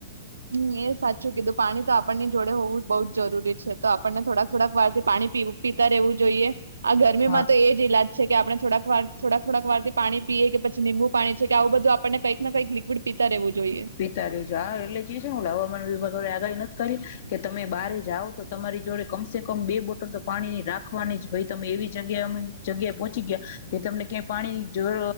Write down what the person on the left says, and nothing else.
હા
પીતા રહેવું જોઈએ હા એટલે જ ઓલા હવામાન વિભાગવાળાએ આગાહી નથ કરી કે તમે બારે જાઓ તો તમારી જોડે કમસે કમ બે બોટલ તો પાણીની રાખ રાખવાની જ ભાઈ તમે એવી જગ્યાએ અમુક જગ્યાએ પહોંચી ગયા કે તમને ક્યાંય પાણીની